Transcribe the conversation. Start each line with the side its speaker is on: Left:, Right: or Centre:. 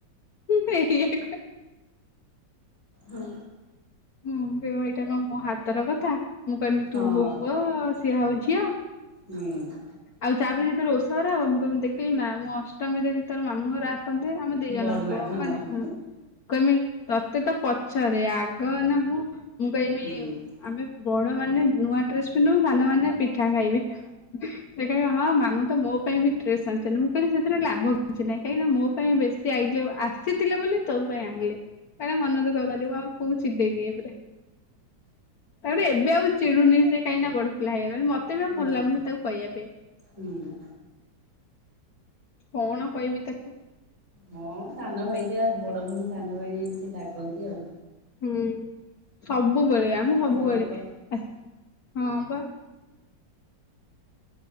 Left: ମୁଁ ଏଇ କ
Right: ହଁ
Left: ହୁଁ ବ୍ୟବହାରତା କଣ ମୁଁ ହାତ ତର କଥା ମୁଁ କ ଆମ
Right: ହଁ।
Left: ତୁ ହ କୁ ଆ ସିଆ ହଉଛି ଆ
Right: ହୁଁ
Left: ଆଉ ତାପରେ ଯେତେଳେ ରୋଷ ଥରା ହବ ମୁଁ କେମିତି ଦେଖିଲି ନା ମୁଁ ଅଷ୍ଟମୀରେ ଯି ତୋ ମାମୁଁ ର ଆ ଆମ ଦି ଜଣଙ୍କୁ
Right: ବଢୁଆ ହଁ
Left: ମାନେ
Right: ହୁଁ
Left: କେମି ତତେ ତ ପଛରେ ଆଗ କନା ମୁୁ ମୁଁ କହିବି
Right: ହୁଁ
Left: ଆମେ ବଣ ମାନେ ନୂଆ ଡ୍ରେସ ପିନ୍ଧୁ ସାନ ମମାନେ ପିଠା ଖାଇବେ ସେ କ ହଁ ମାମୁଁ ତ ମୋ ପାଇଁ ବି ମୁଁ କହିଲି ସେଥିରେ ଲାଭ କିଛି ନାହିଁ କାହିଁକିନା ମୋ ପାଇଁ ବେଶୀ ଆଇ ଆସିଥିଲେ ବୋଲି ତୋ ପାଇଁ ଆଣିଲି। କଳେେ ମନ ଦୁଖ କଲି ଆ ଦେଇଦିଏ ପରେ ତାରେ ଏବେ ଆଉ ଚିୁନି ସୋହିଁକି ବଡ ପିଲା ହେଇଯଛି। ମତେ ବି
Right: ହୁଁ।
Left: ଆଉ ଭଲ ଲାଗୁନି ତାକୁ କହିବା ପାଇଁ
Right: ହୁଁ
Left: କଣ କହିବି ତାକୁ
Right: ହଁ ସାନ ଭାଇଟ ବଡ ଭଉଣୀ ସାନ ଭାଇଣୀ ଏମିତି ଲାଗନ୍ତି ଆଉ।
Left: ହୁଁ ସବୁବେଳେ ଆମେ ସବୁବେଳେ
Right: ତଳ ଉପଳ
Left: ଆ ହଁ ବା।